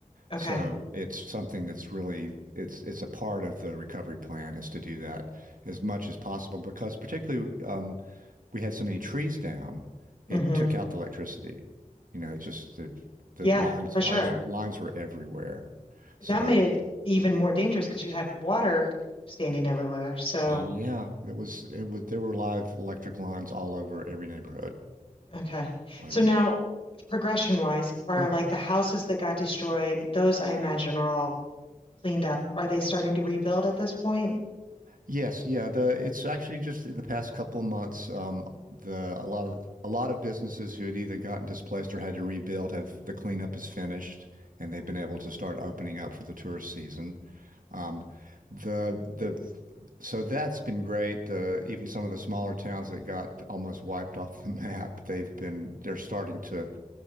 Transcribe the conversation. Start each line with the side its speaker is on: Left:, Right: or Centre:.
Left: okay.
Right: So it's something that's really it's it's a part of the recovery plan is to do that as much as possible because particularly um, we had so many trees down, it
Left: hmm
Right: took out the electricity. You know, it just the the
Left: Yeah,
Right: lines
Left: for
Right: lines
Left: sure.
Right: were lines were everywhere. So
Left: That made it even more dangerous because you had water standing everywhere. So,
Right: Yeah, it was it was there were live electric lines all over every neighborhood.
Left: okay.
Right: Like,
Left: So now, progression wise,
Right: sure.
Left: are like the houses that got destroyed, those I imagine are all cleaned up. Are they starting to rebuild at this point?
Right: Yes, yeah, the it's actually just in the past couple of months, um the a lot of a lot of businesses who had either gotten displaced or had to rebuild have the cleanup is finished and they've been able to start opening up for the tourist season. Um the the so that's been great. Uh, even some of the smaller towns that got almost wiped <laughs> off the map, they've been they're starting to